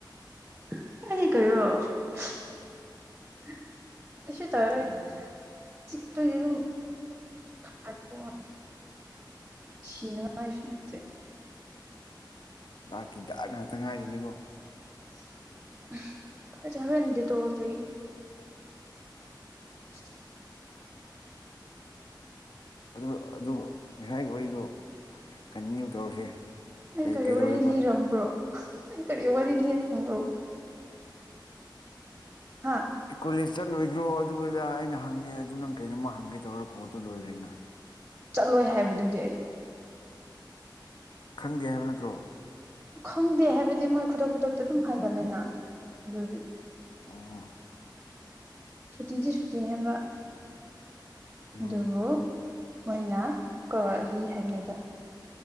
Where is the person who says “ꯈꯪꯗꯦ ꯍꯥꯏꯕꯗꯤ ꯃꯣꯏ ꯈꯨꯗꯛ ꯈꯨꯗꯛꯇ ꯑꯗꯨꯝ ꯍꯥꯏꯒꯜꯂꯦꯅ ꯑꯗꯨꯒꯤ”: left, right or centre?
Right